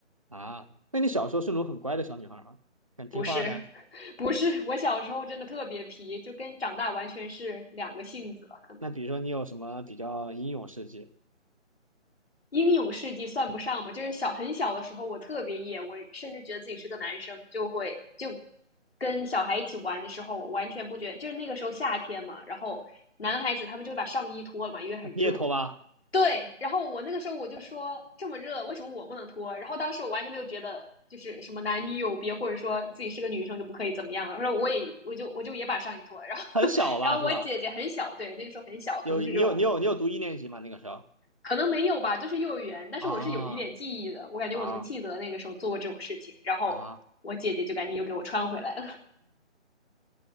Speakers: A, on the right; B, on the left.
A: 啊，那你小时候是那种很乖的小女孩吗？很听话的？
B: 不是，<laughs> 不是，我小时候真的特别皮，就跟长大完全是两个性子了。可能
A: 那比如说你有什么比较英勇事迹？
B: 英勇事迹算不上吧，就是小很小的时候，我特别野，我甚至觉得自己是个男生，就会就跟小孩一起玩的时候，我完全不觉得就是那个时候夏天嘛，然后男孩子他们就会把上衣脱了嘛，因为很热，
A: 那你也拖吧，
B: 对，然后我那个时候我就说这么热，为什么我不能脱？然后当时我完全没有觉得就是什么男女有别，或者说自己是个女生就不可以怎么样了。然后我也我就我就也把上衣脱了。然后
A: <laughs> 很小吧，
B: 然后我姐姐很小，
A: 是吧？
B: 对，那个时候很小，
A: 有你有你有你有读一年级吗？
B: 可能就只有
A: 那个时候？
B: 可能没有吧，就是幼儿园。但是我是有一点记忆的，
A: 啊
B: 我感觉我能记得那个时候做过这种事情。
A: 啊
B: 然后我姐姐就赶紧又给我穿回来了。
A: 啊！